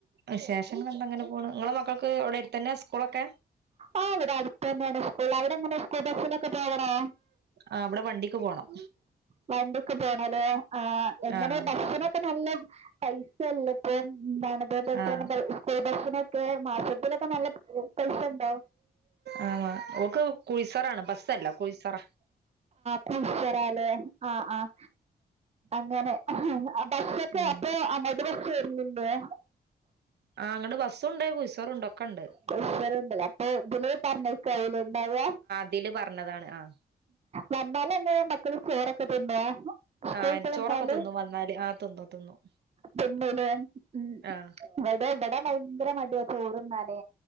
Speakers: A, on the right (about 85°); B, on the right (about 40°).
A: വിശേഷങ്ങൾ എന്താ ഇങ്ങനെ പോണ് ഇങ്ങളെ മക്കൾക്ക് അവിടെടുതന്നെ സ്കൂളൊക്കെ
B: ആഹ് ഇവിടെ അടുത്തന്നെയാണ് സ്കൂൾ അവിടെങ്ങനാ സ്കൂൾ ബസിനൊക്കെ പോകണോ
A: ആഹ് ഇവ്ടെ വണ്ടിക്ക് പോണം
B: വണ്ടിക്ക് പോണല്ലേ ആഹ് എങ്ങനെ
A: ആഹ്
B: ബസ്സി നൊക്കെ നല്ല പൈസയല്ലെ ഇപ്പോ എന്താണ് <unintelligible>
A: ആഹ്
B: സ്കൂൾ ബസ്സിനൊക്കെ മാസത്തിലൊക്കെ നല്ല പൈസ വേണ്ടേ
A: ആന്നോ ഓക്ക് കുഴിസറാണ് ബസ്സല്ല കുഴിസറ
B: <unintelligible> ആഹ് ആഹ് അങ്ങനെ ബസ്സൊക്കെ
A: ഉം
B: അപ്പൊ അങ്ങോ <unintelligible>
A: ആഹ് അങ്ങട് ബസ്സുണ്ട് കുയിസറുണ്ട് ഒക്കെ ഉണ്ട്
B: <unintelligible> അപ്പൊ ഇതില് പറഞ്ഞേക്കാ അയില്ണ്ടായ
A: ഇതില് പറഞ്ഞതാണ് ആഹ്
B: വന്നാല് എങ്ങന മക്കള് ചോറൊക്കെ തിന്നോ സ്കൂൾവിട്ട്
A: ആ ചോറൊക്കെ
B: വന്നാല്
A: തിന്നും വന്നാല് ആ തിന്നും തിന്നും
B: തിന്നല് ഉം
A: ആഹ്
B: അതായത് ഇവിടെ ഭയങ്കര മടിയാ ചോറിന്നാന്